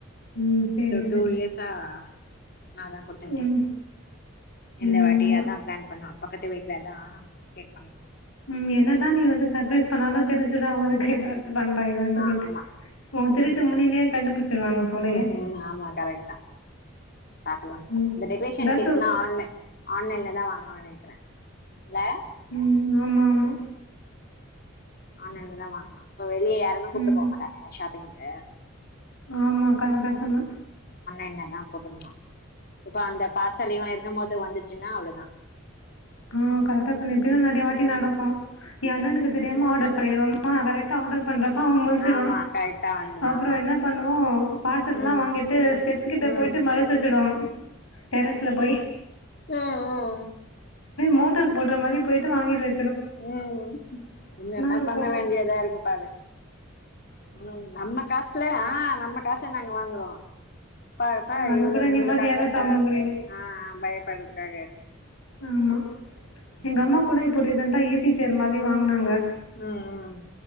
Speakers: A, on the left; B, on the left.
A: ம். சரி,
B: டு
A: சரி.
B: டு இயர்ஸா நாதா குடுத்தே கேக்
A: ம்.
B: இந்த
A: ம்.
B: வாட்டி
A: ஆமா.
B: அதான் பிளான் பண்ணா பக்கத்து வீட்லதா டெக்கரேட் பண்ணோ
A: ம் என்னதா நீ வந்து சர்பரைஸ் பண்ணாலு தெரிஞ்சுதா அவளுக்கு எதாச்சு அவந்தா இவன்றத
B: ஆ ஆமா
A: உன் திருட்டு முழிலயே கண்டுபிடிச்சிடுவாங்க போலயே
B: ம் ம் ஆமா கரெக்ட் தா பாக்கலா
A: ம்.
B: இந்த டெக்கரேஷன்
A: ஏதாச்சும்
B: கிட்லா ஆன்ல ஆன்லைன்ல ல்லா வாங்கனுன்னு நெனைக்கிறே இல்ல
A: உம் ஆமா ஆமா
B: ஆன்லைன்ல தான் வாங்குனோ இப்ப வெளிய யாரையுமே கூப்டு
A: ம்.
B: போமாட்டாங்க ஷாப்பிங்க்கு ஏ
A: ஆமா கட கத்தணும்
B: என்னதான் போதும்னா இப்ப அந்த பார்சலையும் மது வந்துச்சின்னா அவ்லவ்தான்
A: ஆஹ் கரட்டா சொன்ன இப் டி தான் நெறைய வாட்டி நடக்கும் என் அண்ணனுக்கு தெரியாம ஆடர் பண்ணிறுவாங்க ஆ கரட்டா ஆடர் பண்றப்ப அவன் முழிச்சுடுவான்
B: ஆ ஆமா கரெக்டா வந்துரு
A: அப்றம்
B: ஆமா
A: என்ன பண் <unintelligible> பார்செட்டுலாம்
B: ம்
A: வாங்கிட்டு ஸ்டெப்ஸ் கிட்ட
B: ம்
A: போயிட்டு மறச்சி வச்சிடும் டெரஸ்ல போய்
B: ம் ம்
A: மோட்டார் போட்ற மாரி போயிட்டு வாங்கிடுவெ
B: ம் இன்னன்ன
A: இருக்கு
B: பண்ண வேண்டியதா இருக்கு பாரு ம் நம்ம காசுல ஆஹ் நம்ம காசுல வாங்றோம் பாத்தா
A: அது
B: இவளக்காக
A: கூட நிம்மதியாவே சாப்ட முடியல
B: ஆ பயப்படுறதுக்காக
A: ஆமா
B: ம்
A: எங்க அம்மா கூட இப்ப ரின் ஈஸி சேர் மாரி வாங்குனாங்க
B: உஹம் உஹம்